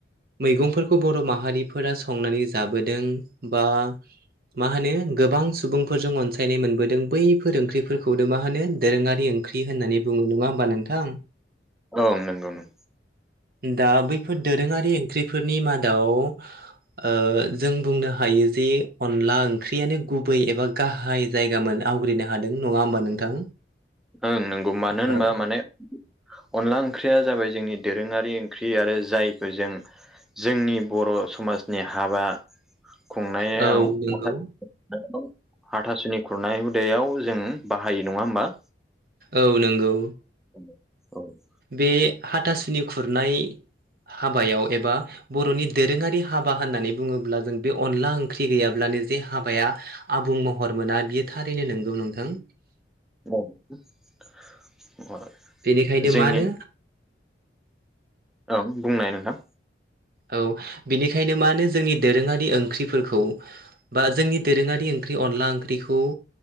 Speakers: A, on the right; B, in the centre.
A: मैगंफोरखौ बर' माहारिफोरा संनानै जाबोदों बा मा होनो गोबां सुबुंफोरजों अनसायनाय मोनबोदों बैफोर ओंख्रिफोरखौनो मा होनो दोरोङारि ओं ख्रि होननानै बुङो नङा होमबा नोंथां?
B: औ नोंगौ नों
A: दा बै ख्रिफोरनि मादाव ओ जों बुंनो हायो जे अनला ओंख्रियानो गुबै एबा गाहाय जायगामोन। आवग्रिनो हादों नङा ओमबा नोंथां?
B: ओं नंगौ मानो
A: ओ
B: होनबा माने अनला ओंख्रिया जाबाय जोंनि दोरोङारि ओंख्रि आरो जायखो जों जोंनि बर' समाजनि हाबा। खुंनायाव
A: औ नंगौ
B: <unintelligible> हाथासुनि खुरनाय हुदायाव जोङो बाहायो नङा होमबा??
A: औ नंगौ।
B: <unintelligible>
A: बे हाथासुनि खुरनाय हाबायाव एबा बर'नि दोरोङारि हाबा होननानै बुङोब्ला जों बे अनला ओंख्रि गैयाब्ला <unintelligible> जे हाबाया आबुं महर मोना बियो थारैनो नंगौ नोंथां।
B: <unintelligible>
A: बेनिखायनो
B: जोंनि
A: मानो
B: औ बुंनाय नोंथां।
A: औ बेनिखायनो मानो जोंनि दोरोङारि ओंख्रिफोरखौ बा जोंनि दोरोङारि ओं <unintelligible> अनला ओंख्रिखौ